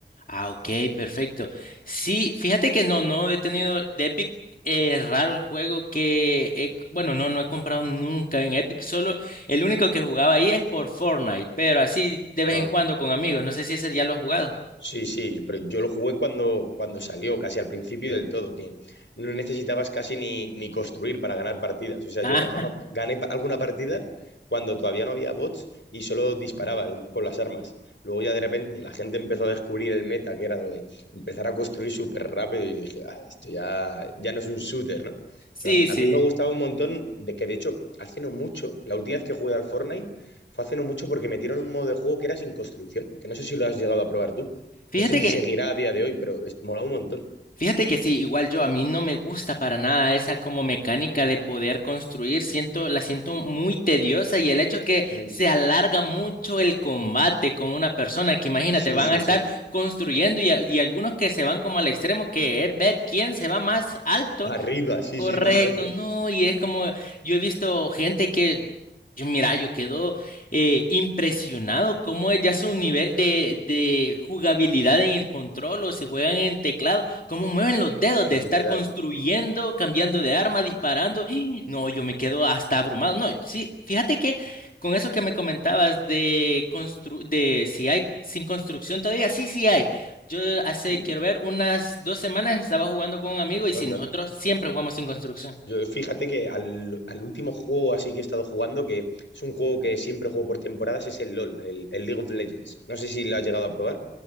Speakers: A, on the left; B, on the left.
A: Ah, ok, perfecto. Sí, fíjate que no, no he tenido de Epic. Es raro el juego que, he- bueno, no, no he comprado nunca en Epic. Solo el único que jugaba ahí es por Fortnite, pero así de vez
B: Ah.
A: en cuando con amigos. No sé si ese ya lo has jugado.
B: Sí, sí, pero yo lo jugué cuando, cuando salió, casi al principio del todo, que no necesitabas casi ni, ni construir para ganar partidas. O sea,
A: Ah,
B: yo ganaba- gané pa- alguna partida cuando todavía no había bots y solo disparaba con las armas. Luego ya de repente la gente empezó a descubrir el meta, que era lo de empezar a construir súper rápido y yo dije, ah, esto ya, ya no es un shooter, ¿no?
A: sí,
B: Pero a mí,
A: sí.
B: a mí me gustaba un montón de que, de hecho, hace no mucho, la última vez que jugué al Fortnite fue hace no mucho porque metieron un modo de juego que era sin construcción, que no sé si lo has llegado a probar tú.
A: Fíjate
B: No sé si
A: que
B: seguirá a día de hoy, pero es, mola un montón.
A: Fíjate que sí, igual yo, a mí no me gusta para nada esa como mecánica de poder construir, siento, la siento muy tediosa y el hecho que
B: Mm,
A: se alarga mucho el combate con una persona, que imagínate,
B: Sí,
A: van
B: sí,
A: a estar
B: sí.
A: construyendo y, a- y algunos que se van como al extremo, que es ver quién se va más alto
B: Arriba, sí,
A: Correcto,
B: sí, más alto,
A: no, y es como yo he visto gente que, yo, mira, yo quedo eh, impresionado cómo es ya su nivel de, de jugabilidad en el control o si juegan en teclado, cómo mueven los dedos
B: literal.
A: de estar construyendo, cambiando de arma, disparando. ¡ih! No, yo me quedo hasta abrumado. No, sí, fíjate que con eso que me comentabas de, constru de si hay sin construcción todavía, sí, sí hay. Yo hace,
B: Mm,
A: quiero ver, unas dos semanas estaba jugando con un amigo y si
B: Anda.
A: nosotros siempre jugamos sin construcción.
B: Yo fíjate que al, al último juego así que he estado jugando, que es un juego que siempre juego por temporadas, es el LOL, el, el League of Legends. No sé si lo
A: Sí.
B: has llegado a probar.